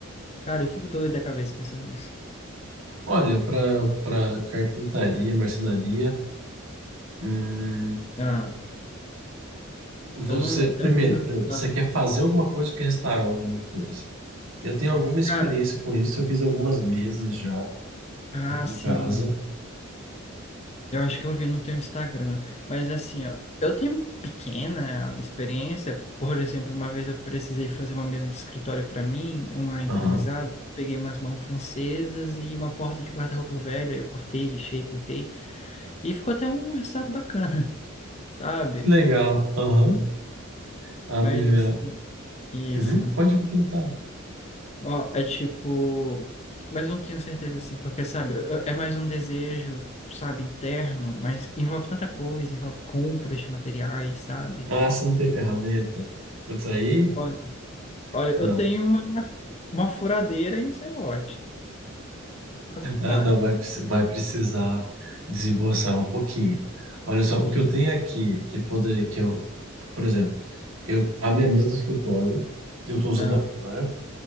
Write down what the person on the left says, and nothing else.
Cara, eu fico doido da cabeça pensando nisso.
Ah,
eu não lembro,
eu lembro,
ah,
cara,
Ah,
sim.
Eu acho que eu vi no teu Instagram. Mas assim, ó, eu tenho pequena experiência. Por exemplo, uma vez eu precisei fazer uma mesa de escritório para mim, uma improvisada.
Eu peguei umas mãos francesas e uma porta de guarda-roupa velho. Aí eu cortei, lixei, pintei. E ficou até um resultado bacana, <laughs> sabe?
Mas
assim, isso.
Ó, é tipo. Mas não tenho certeza assim, porque, sabe, eu- é mais um desejo, sabe, interno, mas envolve tanta coisa, envolve compras de materiais, sabe?
Olha, olha,
eu tenho uma, uma furadeira e um serrote, base,
base.
E,
ah,